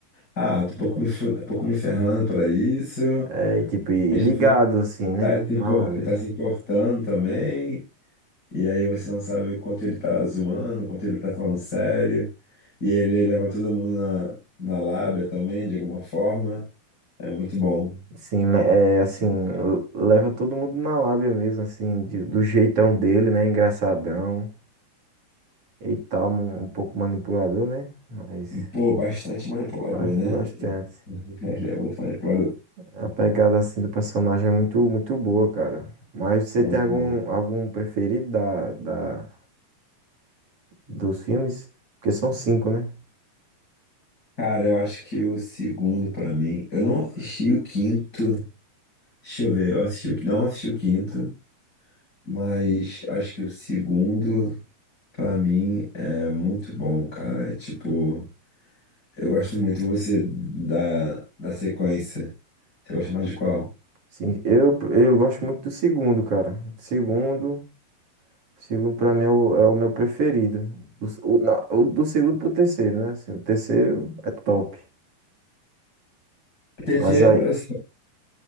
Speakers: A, on the left (about 25°); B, on the right (about 45°).
A: Ah, tô um pouco me, fu- tô pouco me ferrando pra isso.
B: É, e tipo, e
A: Mas
B: ligado,
A: no final
B: assim, né?
A: ele tá se impor-
B: Malandro.
A: ele tá se importando também. E aí você não sabe o quanto ele tá zoando, o quanto ele tá falando sério. E ele leva todo mundo na, na lábia também, de alguma forma. É muito bom.
B: Sim, né, é assim, l- leva todo mundo na lábia mesmo, assim, de- do jeitão dele, né? Engraçadão e tal, um, um pouco manipulador, né? Mas
A: Pô, bastante manipulador,
B: bas-
A: né?
B: bastante.
A: <laughs> Ele é muito manipulador.
B: A pegada assim do personagem é muito, muito boa, cara. Mas você
A: É
B: tem
A: muito
B: algum,
A: bom.
B: algum preferido da, da, dos filmes? Porque são cinco, né?
A: Cara, eu acho que o segundo pra mim. Eu não assisti o quinto. Deixa eu ver, eu assisti o, não assisti o quinto, mas acho que o segundo pra mim é muito bom, cara. É tipo, eu gosto muito você da, da sequência. Você gosta mais de qual?
B: Sim, eu, eu gosto muito do segundo, cara. Segundo. O segundo pra mim é o, é o meu preferido. Do, s- o, na- o do segundo pro terceiro, né? Assim, o terceiro é top.
A: O terceiro,
B: Mas aí.
A: eu sei.